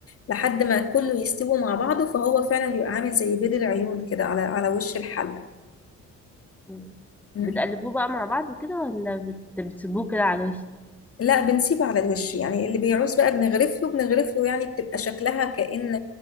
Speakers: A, on the left; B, in the centre.
A: لحد ما كله يستوي مع بعضه فهو فعلا بيبقى عامل زي بيض العيون كده على على وش الحلة
B: مم.
A: مم.
B: بتقلبوه بقى مع بعض وكده ولا بت... بتسيبوه كده على الوش
A: لا بنسيبه على الوش يعني اللي بيعوز بقى بنغرف له بنغرف له يعني بتبقى شكلها كأن